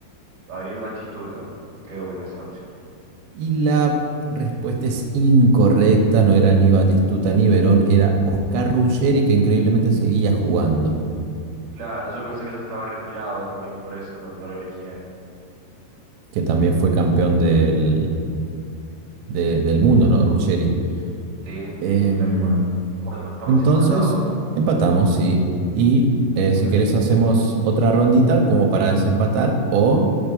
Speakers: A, on the right; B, on the right.
A: Gabriel Batistuta, me quedo con esa opción.
B: Y la respuesta es incorrecta, no era ni Batistuta
A: Uh,
B: ni Verón, era Oscar Ruggeri que increíblemente seguía jugando,
A: claro, yo pensé que ya estaba retirado también, por eso no, no lo elegí a él.
B: que también fue campeón del, de- del mundo, ¿no? Ruggeri.
A: Sí,
B: Em,
A: sí, sí, tal cual. Bueno, estamos
B: Entonces,
A: empatados.
B: empatamos, sí. Y eh, si
A: Vale,
B: querés hacemos otra rondita como para desempatar o,